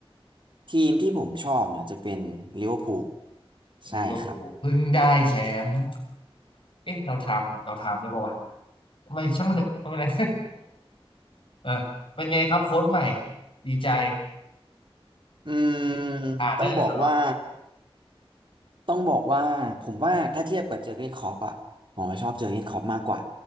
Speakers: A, on the right (about 55°); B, on the left (about 60°).
A: ทีมที่ผมชอบเนี่ยจะเป็นลิเวอร์พูลใช่ครับ
B: ลิเวอร์พูลเพิ่งได้แชมป์เอ๊ะเราทำเราทำได้ป่าวะไม่ช่างมันเถอะไม่เป็นไร <laughs> เออเป็นไงครับโค้ชใหม่ดีใจ
A: อืมต้องบอกว่า
B: อาร์เนอร์สล็อต
A: ต้องบอกว่าผมว่าถ้าเทียบกับเจอร์เก้นคล็อปอะผมว่าชอบเจอร์เก้นคล็อปมากกว่า